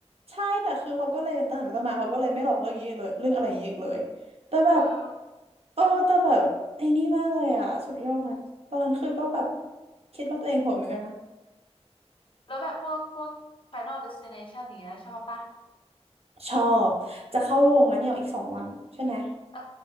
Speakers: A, on the right; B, on the left.
A: ใช่แต่คือเขาก็เลยตั้งแต่ต้นมาเขาก็เลยไม่หลอกเรื่องนี้อีกเลยเรื่องอะไรอย่างนี้อีกเลยแต่แบบ
B: เออเออ
A: เออแต่แบบไอ้นี่มากเลยอ่ะสุดยอดตอนนั้นคือก็แบบคิดว่าตัวเองโหดเหมือนกันนะ
B: แล้วแบบพวกพวก Final Destination อย่างเงี้ยชอบปะ
A: ชอบจะเข้าโรงแล้วเนี่ยอีกสองวันใช่ไหม
B: เออ